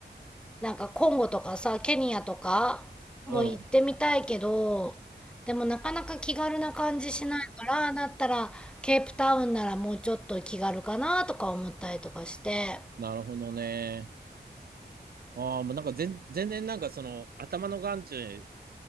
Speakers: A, in the centre; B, on the right.
A: なんかコンゴとかさ、ケニアとかも行ってみたいけど、
B: うん。
A: でもなかなか気軽な感じしないから、だったらケープタウンならもうちょっと気軽かなとか思ったりとかして。
B: なるほどね。ああ、もうなんか全、全然なんかその頭の眼中、